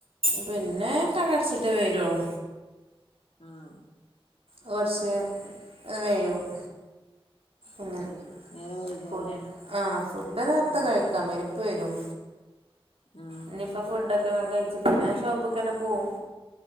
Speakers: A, on the right; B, on the left.
A: പിന്നെ കടയടച്ചിട്ടേ വരൊള്ളൂ
B: ആഹ്
A: ഒരുവർഷെ വൈകും അങ്ങനെ
B: അത് ശെരി നേരം വൈകോവുലേ
A: ഫുട് ആഹ് ഫുഡ് നേര്ത്തെ
B: ഉം
A: കഴിക്കാംവരും പ്പ വരും
B: ആഹ്
A: ഇനിയിപ്പോ ഫുഡൊക്കെഞങ്ങ കഴിച്ച്ട്ടന്നെ ഷോപ്പ്ക്കന്നെ പോകും